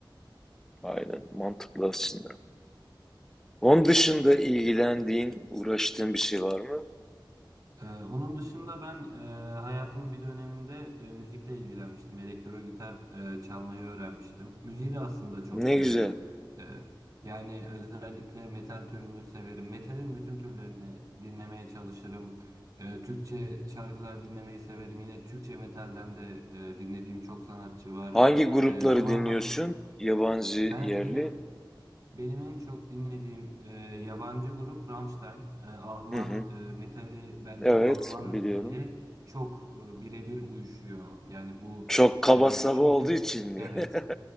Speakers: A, in the centre; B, on the right.
A: Aynen mantıklı aslında. Onun dışında ilgilendiğin, uğraştığın bir şey var mı?
B: Ee, onun dışında ben e, hayatımın bir döneminde e, müzikle ilgilenmiştim. Elektro gitar e, çalmayı öğrenmiştim. Müziği de aslında çok
A: Ne
B: severim.
A: güzel.
B: Ee, yani özellikle metal türünü severim. Metalin bütün türlerini dinlemeye çalışırım. Ee, Türkçe şarkılar dinlemeyi severim. Yine Türkçe metalden de e, dinlediğim çok sanatçı var.
A: Hangi grupları
B: Ee, ama
A: dinliyorsun?
B: ha-
A: Yabancı,
B: ben
A: yerli?
B: benim benim en çok dinlediğim e, yabancı grup Rammstein. E, Alman
A: Hı hı.
B: e, metali bence
A: Evet,
B: Alman
A: biliyorum.
B: dili çok e, birebir uyuşuyor. Yani bu
A: Çok kaba
B: e,
A: saba
B: çünkü
A: olduğu için mi?
B: evet
A: <laughs>